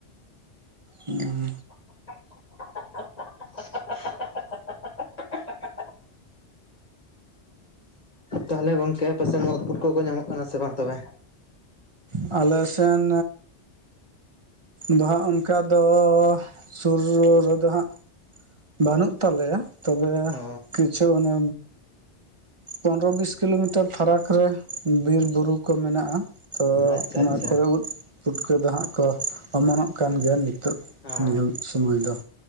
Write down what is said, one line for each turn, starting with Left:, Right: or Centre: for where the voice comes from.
Right: ᱩᱸ᱾
Left: <unintelligible> ᱛᱟᱦᱚᱞᱮ ᱜᱚᱝᱠᱮ ᱯᱟᱥᱮ ᱱᱩᱣᱟ ᱩᱫ ᱯᱩᱴᱠᱟᱹ ᱠᱚᱜᱮ ᱧᱟᱢᱚᱜ ᱠᱟᱱᱟ ᱥᱮ ᱵᱟᱝ ᱛᱚᱵᱮ?
Right: ᱟᱞᱮ ᱥᱮᱱ ᱫᱚ ᱦᱟᱸᱜ ᱚᱱᱠᱟ ᱫᱚ ᱥᱩᱨ ᱨᱮᱫᱚ ᱦᱟᱸᱜ᱾ ᱵᱟᱹᱱᱩᱜ ᱛᱟᱞᱮᱭᱟ ᱛᱚᱵᱮ
Left: ᱚ
Right: ᱠᱤᱪᱷᱩ ᱚᱱᱮ ᱯᱚᱱᱨᱚ ᱵᱤᱥ ᱠᱤᱞᱳᱢᱤᱴᱟᱨ ᱯᱷᱟᱨᱟᱠ ᱨᱮ ᱵᱤᱨ-ᱵᱩᱨᱩ ᱠᱚ ᱢᱮᱱᱟᱜᱼᱟ᱾ ᱛᱚ
Left: ᱟᱪᱪᱷᱟ
Right: ᱚᱱᱟ
Left: ᱟᱪᱪᱷᱟ
Right: ᱠᱚᱨᱮ ᱩᱫ ᱯᱩᱴᱠᱟᱹ ᱫᱚ ᱦᱟᱸᱜ ᱠᱚ ᱚᱢᱟᱱᱚᱜ ᱠᱟᱱ ᱜᱮᱭᱟ ᱱᱤᱛᱳᱜ ᱾
Left: ᱦᱮᱸ
Right: ᱱᱤᱭᱟᱹ ᱥᱩᱢᱚᱭ ᱫᱚ᱾